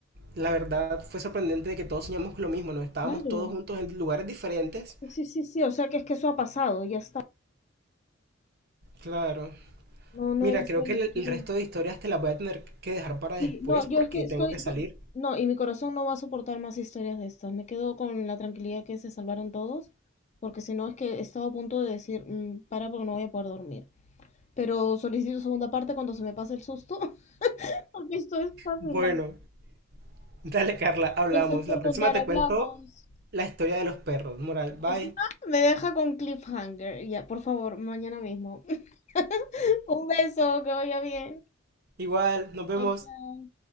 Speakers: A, on the right; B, on the left.
A: la verdad fue sorprendente de que todos soñamos con lo mismo, ¿no? Estábamos
B: claro.
A: todos juntos en lugares diferentes.
B: Sí, sí, sí, sí, o sea que es que eso ha pasado, ya está.
A: Claro.
B: No, no
A: Mira,
B: era sueño,
A: creo que el,
B: quiero
A: el resto
B: decir.
A: de historias te las voy a tener que dejar para
B: Sí,
A: después
B: no, yo
A: porque
B: es que estoy,
A: tengo que salir.
B: no, y mi corazón no va a soportar más historias de estas. Me quedo con la tranquilidad que se salvaron todos, porque si no es que he estado a punto de decir, "Mm, para porque no voy a poder dormir. Pero solicito segunda parte cuando se me pase el susto, <laughs> porque esto es fascinante.
A: Bueno, dale Carla, hablamos.
B: Gracias por
A: La
B: contar,
A: próxima te
B: hablamos.
A: cuento la historia de los perros. Moral, bye.
B: Encima me deja con cliffhanger. Ya, por favor, mañana mismo. <laughs> Un beso, que vaya bien.
A: Igual, nos vemos.
B: Chao, chao.